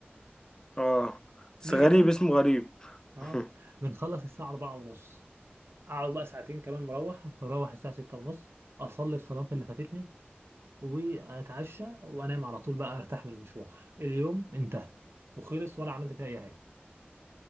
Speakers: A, on the left (about 15°); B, on the right (about 80°).
A: اه بس
B: نيجي
A: غريب
B: بقى
A: اسمه غريب
B: اه
A: <laughs>
B: بنخلص الساعة 4 ونص اقعد بقى ساعتين كمان مروح اروح الساعه 6 ونص اصلي الصلاه اللي فاتتني واتعشى وانام على طول بقى ارتاح من المشوار اليوم انتهى وخلص ولا عملت فيه اي حاجه